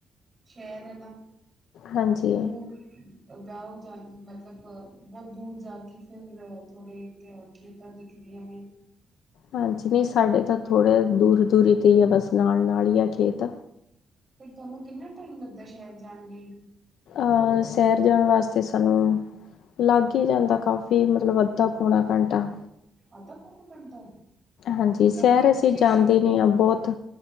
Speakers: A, on the right; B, on the left.
A: ਸ਼ਹਿਰ ਹੈ ਨਾ ਤਾਂ
B: ਹਾਂਜੀ
A: <unintelligible> ਜਾਓ ਜਾ ਮਤਲਬ ਬਹੁਤ ਦੂਰ ਜਾ ਕੇ ਫਿਰ ਥੋੜੇ ਤੇ ਹੋਰ ਖੇਤਾਂ ਦਿਖਦੀਆਂ ਨੇ
B: ਹਾਂਜੀ ਨਹੀਂ ਸਾਡੇ ਤਾਂ ਥੋੜ੍ਹੇ ਦੂਰ ਦੂਰ ਈ ਕਹਿਏ, ਬਸ ਨਾਲ ਨਾਲ ਹੀ ਆ ਖੇਤ
A: ਫਿਰ ਤੁਹਾਨੂੰ ਕਿੰਨਾ ਟਾਈਮ ਲੱਗਦਾ ਸ਼ਹਿਰ ਜਾਣ ਲਈ
B: ਅਹ ਸ਼ੈਹਰ ਜਾਣ ਵਾਸਤੇ ਸਾਨੂੰ ਲੱਗ ਹੀ ਜਾਂਦਾ ਕਾਫੀ ਮਤਲਬ ਅੱਧਾ ਪੌਣਾ ਘੰਟਾ
A: ਅੱਧਾ ਪੋਣਾ ਘੰਟਾ
B: ਹਾਂਜੀ ਸ਼ਹਿਰ
A: ਤਾਂ ਫਿਰ
B: ਅਸੀਂ
A: ਤੁਸੀਂ
B: ਜਾਂਦੇ
A: ਸ਼ੋਪਿੰਗ
B: ਨਹੀ ਆਂ, ਬਹੁਤ